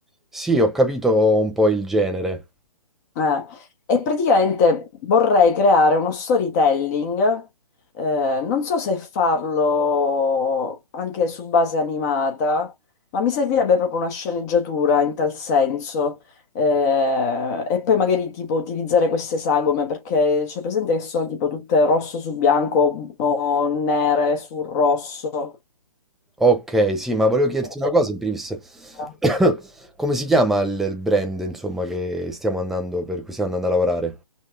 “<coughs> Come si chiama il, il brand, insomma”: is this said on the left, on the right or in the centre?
Centre